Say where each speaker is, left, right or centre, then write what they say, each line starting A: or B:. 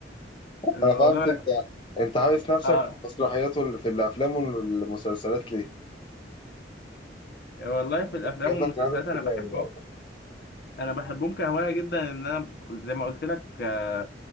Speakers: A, on the left; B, on the left.
A: الموضوع
B: انا فهمت انت انت حابس نفسك
A: آه
B: في المسرحيات واللي في الافلام والمسلسلات ليه
A: والله في الأفلام
B: جاب
A: والمسلسلات
B: لك رهاب اجتماعي
A: أنا بحبه
B: بقى
A: أنا بحبهم كهواية جدا إن أنا زي ما قلت لك آه،